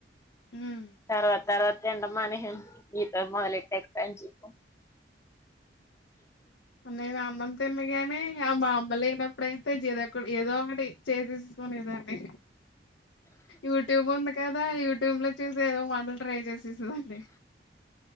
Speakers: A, on the left; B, on the left.
A: ఉమ్.
B: తరువా తరువాత తినడం మానేసాను ఇప్పుడే మొదలు ఎట్టాను జిమ్
A: ఆ నేనా అన్న గానే మా అమ్మ లేనాప్పుడు అయితే చిరాకు ఏదో ఒకటి చేసేసుకునేదాండి యూట్యూబ్ ఉంది కదా యూట్యూబ్ లో చూసి ఏదో మా ట్రై చేసి డండి